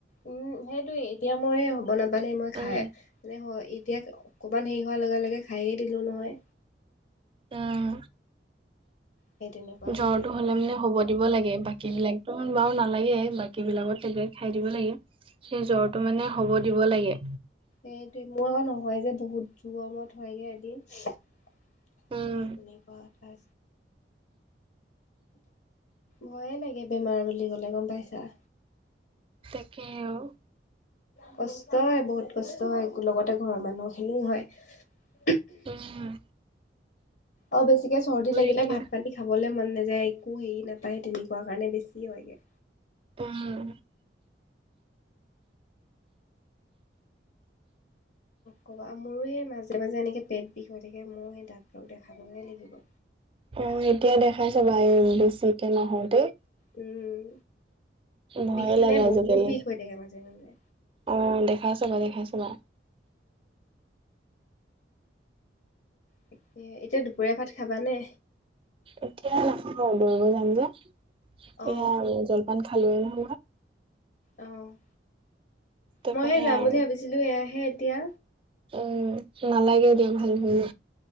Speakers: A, on the left; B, on the right.
A: উম, সেইটোয়ে এতিয়া মোৰে হ'ব ন' মানে মই খাই
B: উম
A: মানে এতিয়া অকমান হেৰি হোৱাৰ লগে লগে খায়ে দিলো নহয়।
B: উম,
A: সেই তেনেকুৱা হৈছে
B: জ্বৰটো হ'লে মানে হ'ব দিব লাগে বাকী বাকী বিলাকতো বাৰু নালাগে বাকী বিলাকত টেবলেট খাই দিব লাগে সেই জ্বৰটো মানে হ'ব দিব লাগে।
A: এইটো মোৰ আকৌ নহয় যে বহুত জমত হয়গে এদিন। সেই
B: উম
A: তেনেকুৱা ৰা ময়ে লাগে বেমাৰ বুলি ক'লে গম পাইছা।
B: তাকেও
A: কষ্টই বহুত কষ্ট হয় লগতে ঘৰৰ মানুহ খিনিও হয়।
B: হয়, হয়।
A: অ', বেছিকে চৰ্দি লাগিলে
B: এতিয়া
A: ভাত পানী খাবলে মন নাযায়। যে একো হেৰি নাপায় তেনেকুৱা কাৰণে বেছি হয়গে।
B: উম।
A: ক'বা আৰু মোৰো এই মাজে মাজে এনেকে পেট বিষ হৈ থাকে ময়ো সেই ডাক্তৰক দেখাবহে লাগিব।
B: অ', এতিয়া দেখাই চাবাই বেছিকে নহয়।
A: উম।
B: ভয়ে
A: বিষ মানে
B: লাগে আজিকালি।
A: বহুত বিষ হৈ থাকে মাজে মাজে
B: অ', দেখাই চাবা, দেখাই চাবা।
A: তাকে, এতিয়া দুপৰীয়া ভাত খাবানে?
B: এতিয়া লাখ দৌৰিব যাম যে
A: অ
B: এয়া জলপান খালোঁ এ নহ
A: অ',
B: তাৰপা
A: মইহে
B: সেয়া
A: যাম
B: আৰু
A: বুলি ভাবিছিলো এয়াহে এতিয়া।
B: উম, নালাগে দিয়া ভাল বোৰ